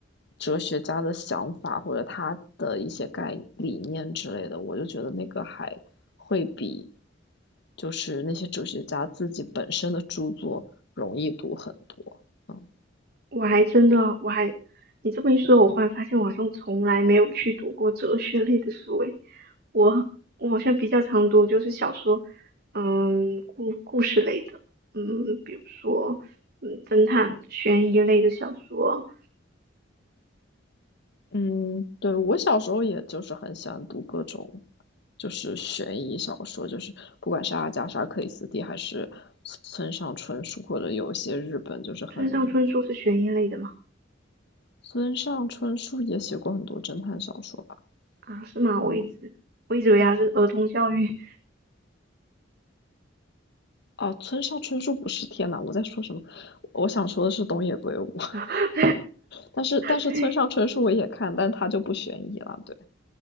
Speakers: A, on the left (about 60°); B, on the right (about 55°).
A: 哲学家的想法或者他的一些概理念之类的，我就觉得那个还会比就是那些哲学家自己本身的著作容易读很多。嗯。
B: 我还真的，我还，你这么一说，我忽然发现我好像从来没有去读过哲学类的书诶。我我好像比较常读就是小说，嗯，故故事类的，嗯，比如说，嗯，侦探、悬疑类的小说。
A: 嗯，对，我小时候也就是很喜欢读各种，就是悬疑小说，就是不管是阿加莎·克里斯蒂还是村上春树，或者有一些日本就是很，
B: 村上春树是悬疑类的吗？
A: 村上春树也写过很多侦探小说吧，
B: 啊，是吗？
A: 嗯，
B: 我一直我一直以为他是儿童教育。
A: 啊，村上春树不是，天呐，我在说什么？我想说的是东野圭吾，<laughs>
B: <laughs>
A: 但是但是村上春树我也看，
B: 对，
A: 但他就不悬疑了，对。